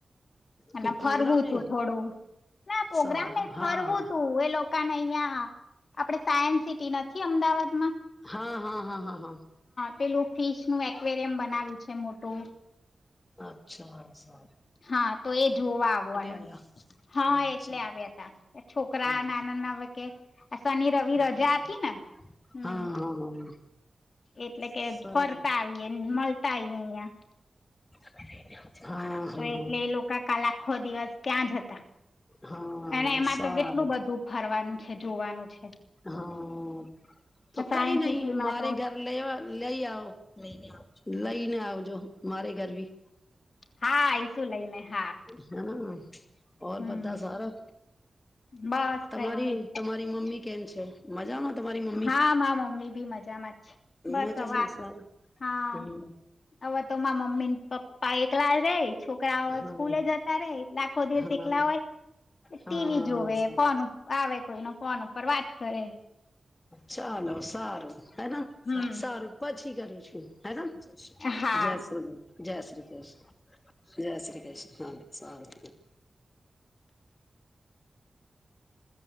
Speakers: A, on the left; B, on the left.
A: અને
B: કોઈ પ્રોગ્રામ
A: ફરવું તું
B: હે
A: થોડું ના પ્રોગ્રામ
B: સારું
A: નઈ
B: હા
A: ફરવું તું એ કા અહીંયા આપડે સાયન્સ સિટી નથી અમદાવાદમાં
B: હા હા હા હા હા હા
A: પેલું ફિશ નું એકવેરિયમ બનાવ્યું છે મોટું
B: અચ્છા હા
A: હા તો એ જોવા આવવાનું
B: આયા
A: હા
B: અચ્છા
A: એટલે આવ્યા હતા છોકરા
B: હમ
A: નાના ના હ કે આ શનિ રવિ
B: હમ
A: રજા હતી ને હમ
B: હા હા હા
A: એટલે કે
B: સારું
A: ફરતા આવીએ ન મલ ટાઈમ યા
B: <unintelligible> હા
A: તો એટલે એ લોકો કાલ આખો દિવસ ક્યાં જ હતા,
B: હા
A: અને એમાં
B: સારું
A: તો કેટલું બધું ફરવાનું છે જોવાનું છે.
B: હા તો
A: સાયન્સ
B: કઈ નહી
A: સિટીમાં
B: મારે
A: તો
B: ઘર લ લઈ આવોઈ લઈને આવો. જો મારે ઘર ભી.
A: હા ઈસું લઈને હા.
B: હેના ઓર
A: હમ
B: બધા સારા
A: બસ
B: તમારી
A: કઈ નઈ
B: તમારી મમ્મી?? કેમ છે મજામાં? તમારી મમ્મી
A: હા મા મમ્મી બી મજામાં છે, બસ
B: મજામાં
A: હવે
B: સારું
A: હા
B: હમ
A: હવે તો મમ્મી પપ્પા એકલા રે છોકરી છોકરાઓ
B: હા
A: સ્કૂલે જતા રે લાખો દિવસ
B: હા
A: એકલા હોય, ટીવી
B: હા
A: જોવે
B: સારું
A: ફોન આવે કોઈ ન ફોન ઉપર વાત કરે.
B: ચાલો સારું. હેના
A: હમ
B: સારું પછી કરું છું. હ ત
A: હા
B: જય શ્રી જય શ્રી કૃષ્ણ. જય શ્રી કૃષ્ણ હા સારું.